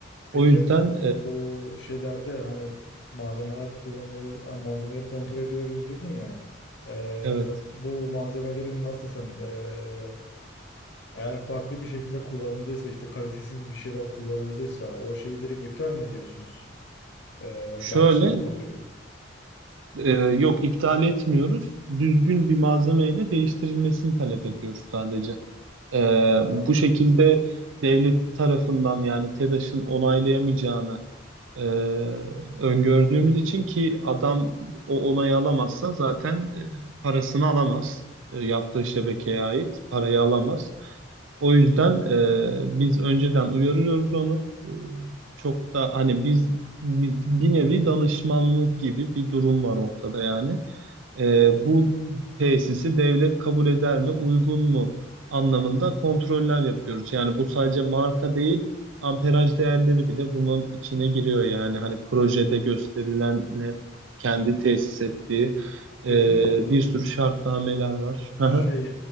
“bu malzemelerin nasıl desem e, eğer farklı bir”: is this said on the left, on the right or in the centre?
Left